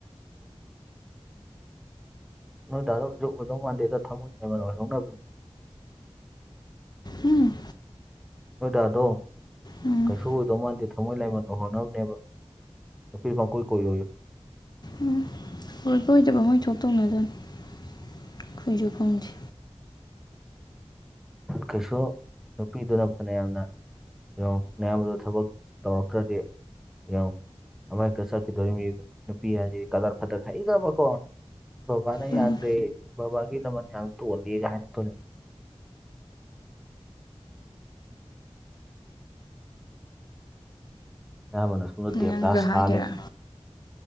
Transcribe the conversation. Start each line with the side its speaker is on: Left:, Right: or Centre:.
Centre: ꯅꯣꯏ ꯗꯥꯗ ꯍꯧꯖꯤꯛ ꯑꯣꯏꯗꯧ ꯃꯥꯟꯗꯦꯗ ꯊꯝꯃꯣꯏꯅꯦꯕꯅꯣꯣꯏꯍꯧꯅꯕꯅꯤ
Left: ꯎꯝ
Centre: ꯅꯣꯏꯗꯥꯗꯣ
Left: ꯎꯝ
Centre: ꯀꯩꯁꯨ ꯑꯣꯏꯗꯧ ꯃꯥꯟꯗꯦ ꯊꯃꯣꯏ ꯂꯥꯏꯃꯟ ꯑꯣꯏꯍꯣꯅꯕꯅꯦꯕ ꯐ ꯃꯥ ꯀꯣꯏ ꯀꯣꯏ ꯑꯣꯏꯌꯣ
Left: ꯎꯝ ꯐꯣꯏꯕꯣꯏꯗꯕ ꯃꯣꯏ ꯁꯣꯛ ꯇꯧꯅꯗꯅ ꯑꯩꯈꯣꯏꯁꯨ ꯐꯪꯗꯦ
Centre: ꯀꯩꯁꯨ ꯅꯨꯄꯤꯗꯨꯅ ꯐꯅ ꯌꯥꯝꯅ ꯀꯣ ꯃꯌꯥꯝꯕꯗ ꯊꯕꯛ ꯇꯧꯔꯛꯇ꯭ꯔꯗꯤ ꯌꯦꯡꯉ ꯑꯃꯥꯏꯛꯇ ꯁꯛꯈꯤꯗꯣꯏ ꯅꯨꯄꯤ ꯍꯥꯏꯁꯤꯦ ꯀꯗꯥꯔ ꯐꯠꯇ ꯍꯥꯏꯗꯕꯀꯣ ꯕꯕꯥꯅ
Left: ꯎꯝ
Centre: ꯌꯥꯗ꯭ꯔꯦ ꯕꯕꯥꯒꯤ ꯅꯃ ꯌꯥꯝ ꯇꯣꯍꯜꯂꯤꯦꯒ ꯍꯥꯏꯅ ꯇꯅꯦ ꯌꯥꯔ ꯁꯨꯝꯣ ꯗꯦꯕꯗꯥ
Left: ꯅꯪꯁꯨ
Centre: ꯁ
Left: ꯍꯥꯏꯗꯣꯏꯔꯥ
Centre: ꯁꯥꯍꯦ